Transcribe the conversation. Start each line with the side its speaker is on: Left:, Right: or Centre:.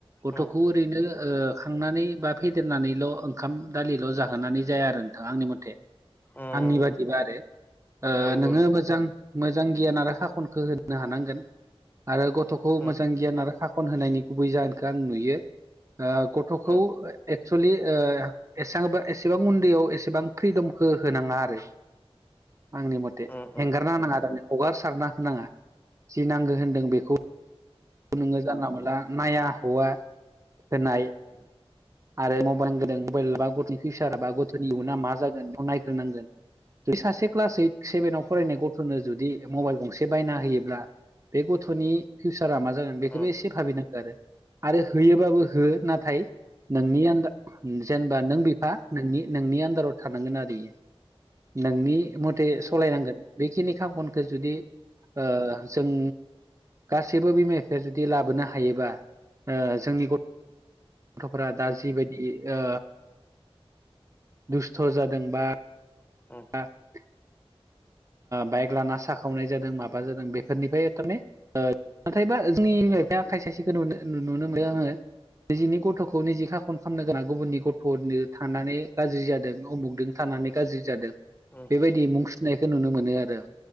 Right: गथ'खौ
Left: उम उम
Right: ओरैनो खांनानै बा फेदेरनानैल' ओंखाम दालिल' जाहोनानै जाया आरो आंनि मथे
Left: उम
Right: आंनि बादि बिदिबा आरो
Left: नंगौ
Right: नोङो
Left: नोंथां
Right: मोजां मोजां गियान आरो हाखनखौ होनो हानांगोन आरो गथ'खौ
Left: उम
Right: मोजां गियान आरो खाखन होनायनि गुबै जाहोनखौ आं नुयो गथ'खौ
Left: उम
Right: एक्सुलि एसांबा एसेबां उन्दैयाव एसेबां फ्रिदमखौ होनाङा आरो आंनि मथे
Left: उम
Right: हेंगारना नाङा हगारसारना होनाङा जि नांगौ होनदों बेखौ नोङो जानला मोनला नाया हौवा होनाय आरो मबाइल गदों मबाइल बा गथ'नि फिउचार बा गथ'नि इयउना मा जागोन बेखौ नायग्रोनांगोन जुदि सासे क्लास ओइट सेभेनाव फरायनाय गथ'नो जुदि मबाइल गंसे बायना होयोब्ला बे गथ'नि फिउसारा मा जागोन
Left: उम
Right: बेखौबो एसे भाबिनांगो आरो आरो होयोबाबो हो नाथाय नोंनि आन्दार जेनेबा नों बिफा नोंनि आन्दाराव थानांगोन आरोयो नोंनि मथे सालायनांगोन बेखिनि खाखनखौ जुदि ओ जों <unintelligible> बिमा बिफाया जुदि लाबोनो हायोबा ओ जोंनि गथ गथ'फोरा दा जिबायदि ओ दुस्थ' जादों बा
Left: उम
Right: <inaudible> बाइक लाना साखावनाय जादों माबा जादों बेफोरनिफ्राय थारमाने नाथायबा जोंनि बिम बिफाया खायसे खायसेखौ नुनो नुनो मोनो आङो निजिनि गथ'खौ निजिखा खन खालामनो गोनां गुबुननि गथ'नो थांनानै गाज्रि जादों उमुगदों थानानै गाज्रि जादों
Left: उम
Right: बेबायदि मुं थिनायखौ नुनो मोनो आरो।